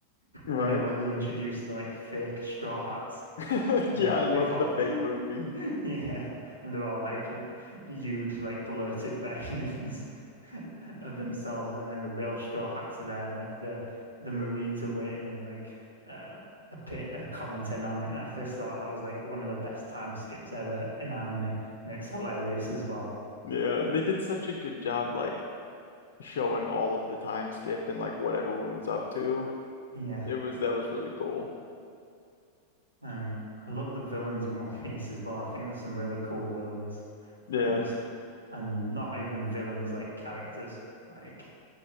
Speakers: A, on the left; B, on the right.
A: right.
B: You know where they introduce the like fake straw hats
A: <laughs>
B: and
A: Yeah,
B: that
A: I loved
B: before
A: the
B: <laughs>
A: fake Luffy.
B: Yeah, and they're all like y- huge, like blurted versions <laughs> of themselves, and then the real Straw Hats are there, and like the the Marines are waiting and like uh, a pit, uh, commenting on it. I just thought that was like one of the best time skips ever in anime, and it's hilarious as well.
A: Yeah, they did such a good job, like showing all of the time skip and like what everyone was up to.
B: Yeah,
A: It was that was really cool.
B: and I love the villains in <laughs> One Piece as well. I think there's some really cool villains,
A: Yeah.
B: and just and not even villains like characters. Like,